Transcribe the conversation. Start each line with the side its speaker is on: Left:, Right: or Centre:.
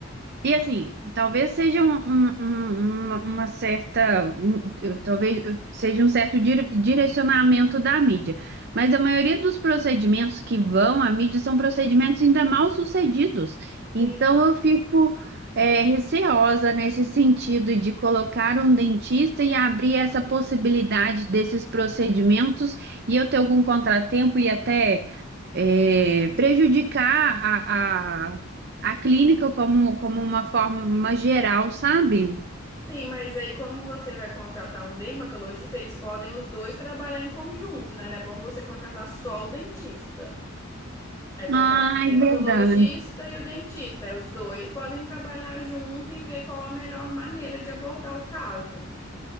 Right: E assim, talvez seja um- um- um- uma, uma certa, um- eu- talvez eu- seja um certo dire- direcionamento da mídia, mas a maioria dos procedimentos que vão à mídia são procedimentos ainda mal sucedidos. Então
Left: Sim.
Right: eu fico é, receosa nesse sentido de colocar um dentista e abrir essa possibilidade desses procedimentos e eu ter algum contratempo e até é, prejudicar a, a- a clínica como, como uma forma geral, sabe?
Left: Sim, mas aí como você vai contratar um dermatologista, eles podem os dois trabalhar em conjunto, né? Não é bom você contratar só o dentista. Aí contrata
Right: Ai,
Left: o dermatologista
Right: verdade.
Left: e o dentista. Aí os dois podem trabalhar junto e ver qual a melhor maneira de abordar o caso.